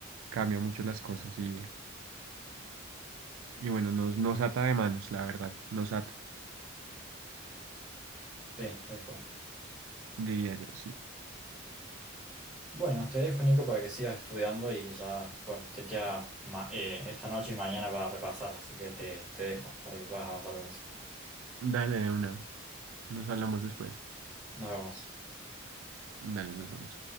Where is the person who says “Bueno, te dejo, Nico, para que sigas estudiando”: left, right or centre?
Centre